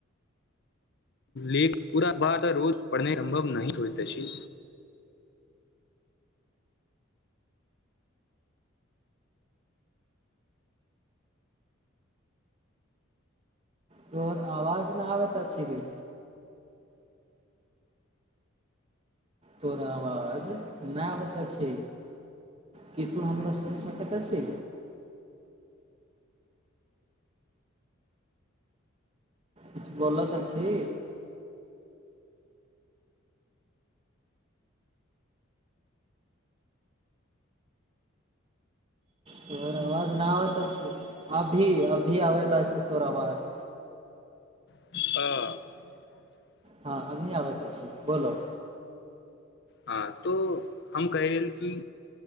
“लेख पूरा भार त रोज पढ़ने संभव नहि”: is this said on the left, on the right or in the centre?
Left